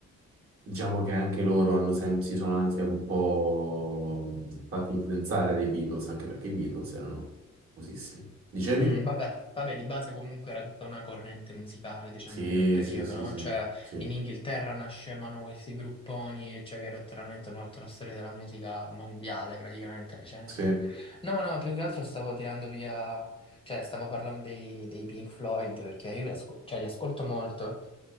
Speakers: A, on the right (about 45°); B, on the left (about 20°).
A: diciamo che anche loro hanno sem- si sono anche un po' mh, fatti influenzare dai Beatles, anche perché i Beatles erano famosissimi. Dicevi?
B: Mm, vabbè, vabbè, di base comunque era tutta una corrente musicale, diciamo,
A: Sì,
B: di quel periodo,
A: sì, sì,
B: no?
A: sì,
B: Cioè,
A: sì,
B: in Inghilterra nascevano questi grupponi, cioè, che letteralmente hanno fatto la storia della musica mondiale, praticamente recente.
A: sì,
B: No, no, più che altro stavo tirando via, cioè, stavo parlando dei, dei Pink Floyd, perché io li, asco- cioè, li ascolto molto,